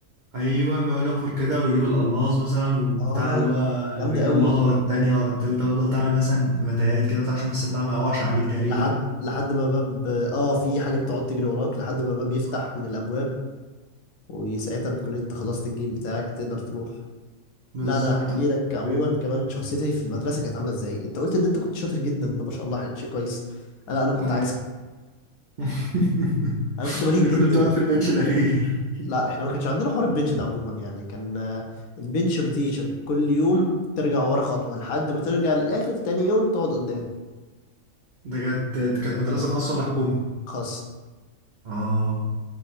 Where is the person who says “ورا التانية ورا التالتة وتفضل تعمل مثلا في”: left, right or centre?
Right